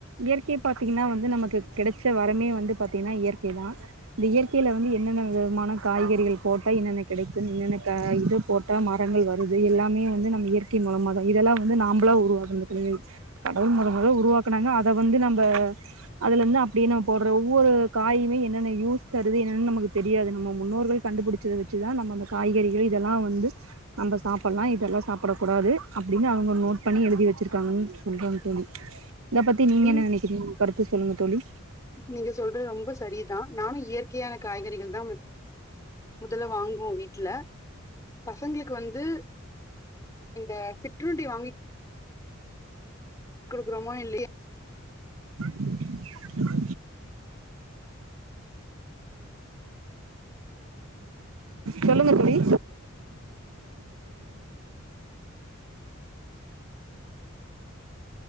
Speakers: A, on the right (about 90°); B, on the left (about 15°).
A: இயற்கை பாத்தீங்கன்னா வந்து நமக்கு கெடைச்ச வரமே வந்து பாத்தீங்கன்னா இயற்கைதான் இந்த இயற்கையில வந்து என்னென்ன விதமான காய்கறிகள் போட்டா என்னென்ன கெடைக்கும் என்னென்ன இத போட்டா மரங்கள் வருது எல்லாமே வந்து நம்ம இயற்கை மூலமா தான் இதெல்லாம் வந்து நாம்பளா உருவாகுனது கெடையாது கடவுள் முதல் முத உருவாக்கனாங்க அதை வந்து நம்ம அதுல இருந்து அப்படியே நம்ம போடுற ஒவ்வொரு காயுமே என்னென்ன யூஸ் தருது என்னென்னு நமக்கு தெரியாது நம்ம முன்னோர்கள் கண்டுபிடிச்சத வச்சுதான் நம்ம அந்த காய்கறிகள் இதெல்லாம் வந்து நம்ம சாப்பிட்லாம் இதெல்லாம் சாப்பிடக்கூடாது அப்படின்னு அவங்க நோட் பண்ணி எழுதி வச்சிருக்காங்கன்னு சொல்றாங்க தோழி இதை பற்றி நீங்கள்
B: நீங்
A: என்ன நினைக்கிறீங்க அடுத்து சொல்லுங்க தோழி
B: நீங்க சொல்றது ரொம்ப சரிதான் நானும் இயற்கையான காய்கறிகள் தான் முதல்ல வாங்குவோம் வீட்டுல பசங்களுக்கு வந்து இந்த சிற்றுண்டி வாங்கி குடுக்குறோமோ இல்லைய
A: டும் சொல்லுங்க தோழி